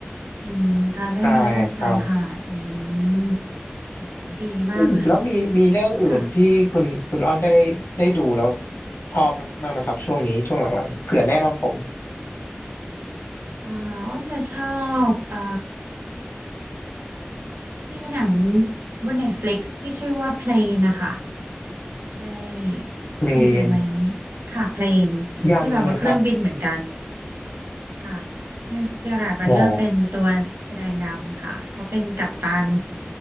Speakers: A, on the right; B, on the left.
A: อืม การเล่นวอลเลย์บอลชายหาด
B: ใช่ครับ
A: อืมโหดีมากเลยค่ะ
B: อืมแล้วมีมีเรื่องอื่นที่คุณคุณอ้อนได้ได้ดูแล้ว
A: ค่ะ
B: ชอบมั้ยมากไหมครับช่วงนี้ช่วงหลังๆเผื่อแนะนำผม
A: อ่าอ้นจะชอบอ่ามีหนังบน Netflix ที่ชื่อว่า Plane นะคะได้
B: เมน
A: เคยดูไหม ค่ะ Plane
B: ยังเลยครับ
A: ที่แบบว่าเครื่องบินเหมือนกัน ค่ะเจอราร์ดบัตเลอร์เป็นตัวแสดงนำค่ะเขาเป็นกัปตัน
B: หมอ